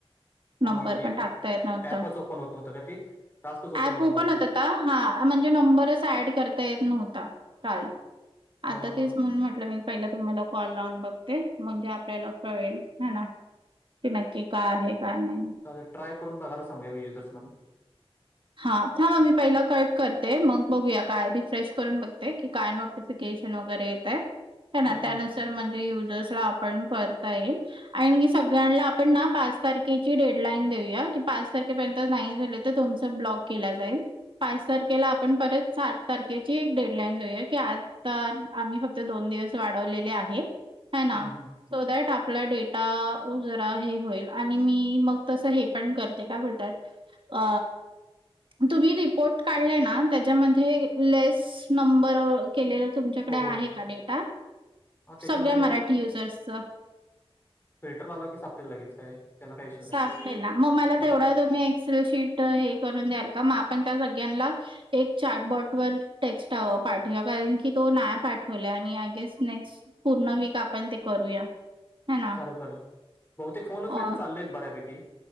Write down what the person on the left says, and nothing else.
हां
हां म्हणजे
ऍपच ओपन होत नव्हतं का ते टास्कच
होत
नव्हता
हां
हां
हां
चालेल ट्राय करून बघाला सांगूया युर्सन
हं,
हं.
हं, हं.
हो
हो हो
हां त्याच्यामध्ये
फिल्टर लावला की सापडेल लगेच काय त्याला काही इश्यू
नाही
हो
चालेल चालेल बहुतेक फोन
फेंन चालले बऱ्यापैकी